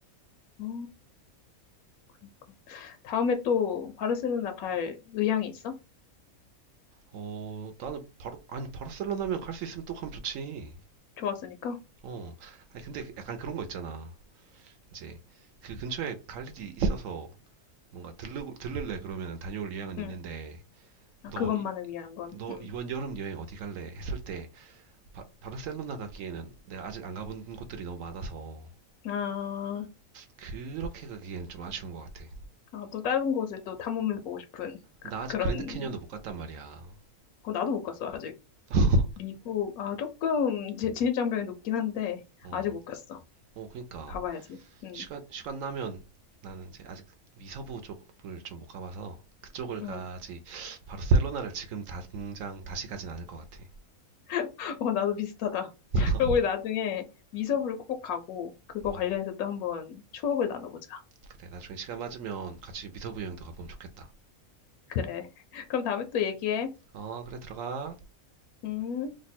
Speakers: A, on the left; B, on the right.
A: 어, 그러니까. 다음에 또 바르셀로나 갈 의향이 있어?
B: 어, 나는 바로, 아니, 바르셀로나면 갈 수 있으면 또 가면 좋지.
A: 좋았으니까?
B: 어, 아니, 근데 그 약간 그런 거 있잖아. 이제 그 근처에 갈 일이 있어서 뭔가 들르, 들를래 그러면 다녀올 의향은
A: 응.
B: 있는데,
A: 아,
B: 너,
A: 그것만을
B: 이-
A: 위한 건.
B: 너
A: 응.
B: 이번 여름 여행 어디 갈래? 했을 때, 바, 바르셀로나 가기에는 내가 아직 안 가본 곳들이 너무 많아서,
A: 아,
B: 그렇게 가기엔 좀 아쉬운 것 같아.
A: 아, 또 다른 곳을 또 탐험해보고 싶은 그-
B: 나 아직
A: 그런,
B: 그랜드 캐니언도 못 갔단 말이야.
A: 어, 나도 못 갔어, 아직.
B: <laughs>
A: 미국, 아, 조금 지- 진입장벽이 높긴 한데,
B: 어,
A: 아직 못 갔어.
B: 어, 그니까.
A: 가봐야지. 응,
B: 시간, 시간 나면 나는 이제 아직 미서부 쪽을 좀 못 가봐서 그쪽을 가지
A: 응.
B: 바르셀로나를 지금 당장 다시 가진 않을 것 같아.
A: <laughs> 어, 나도 비슷하다.
B: <laughs>
A: 그럼 우리 나중에 미서부를 꼭 가고, 그거
B: 음,
A: 관련해서 또 한번 추억을 나눠보자.
B: 그래, 나중에 시간 맞으면 같이 미서부 여행도 가보면 좋겠다.
A: 그래. <laughs> 그럼 다음에 또 얘기해.
B: 어, 그래, 들어가.
A: 음.